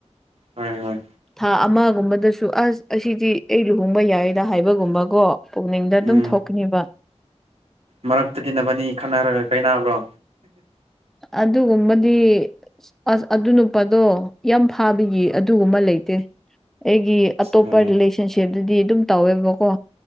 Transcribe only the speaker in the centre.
ꯊꯥ ꯑꯃꯒꯨꯝꯕꯗꯁꯨ ꯑꯁ ꯑꯁꯤꯗꯤ ꯑꯩ ꯂꯨꯍꯣꯡꯕ ꯌꯥꯏꯌꯦꯗ ꯍꯥꯏꯕꯒꯨꯝꯕꯀꯣ ꯄꯨꯛꯅꯤꯡꯗ ꯑꯗꯨꯝ
ꯊꯣꯛꯀꯅꯤꯕ
ꯑꯗꯨꯒꯨꯝꯕꯗꯤ ꯑꯁ ꯑꯁ ꯑꯗꯨ ꯅꯨꯄꯥꯗꯣ ꯌꯥꯝ ꯐꯥꯕꯒꯤ ꯑꯗꯨꯒꯨꯝꯕ ꯂꯩꯇꯦ ꯑꯩꯒꯤ ꯑꯇꯣꯞꯄ
ꯔꯤꯂꯦꯁꯟꯁꯤꯞꯇꯗꯤ ꯑꯗꯨꯝ ꯇꯧꯋꯦꯕꯀꯣ